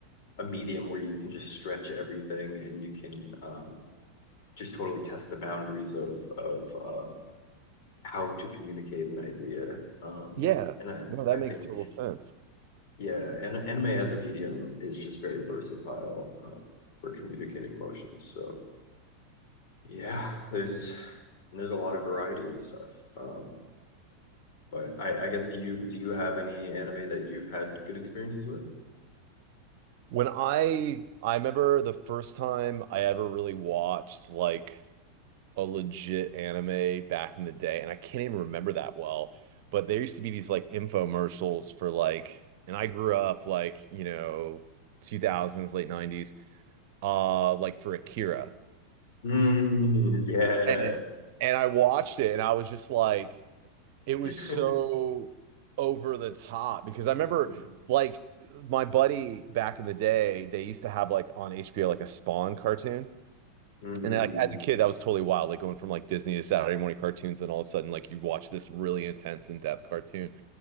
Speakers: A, on the left (about 50°); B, on the right (about 50°).
A: a medium where you can just stretch everything and you can um, just totally test the boundaries of of uh, how to communicate an idea. Um,
B: Yeah.
A: and I,
B: No, that
A: I think,
B: makes total sense.
A: yeah, and anime as a medium is just very versatile um, for communicating emotions. So yeah, there's there's a lot of variety and stuff. Um, but I, I guess do you do you have any anime that you've had good experiences with?
B: When I I remember the first time I ever really watched like a legit anime back in the day, and I can't even remember that well, but there used to be these like infomercials for like, and I grew up like, you know, 2000s, late 90s, uh, like for Akira.
A: Mm, yeah.
B: And and I watched it and I was just like, it was
A: <laughs>
B: so over the top because I remember
A: Oh,
B: like my buddy back in the day, they used to have like on HBO like a Spawn cartoon.
A: mm,
B: And like as a kid, that was totally wild. Like going from like Disney to Saturday morning cartoons, and all of a sudden, like you watch this really intense, in-depth cartoon.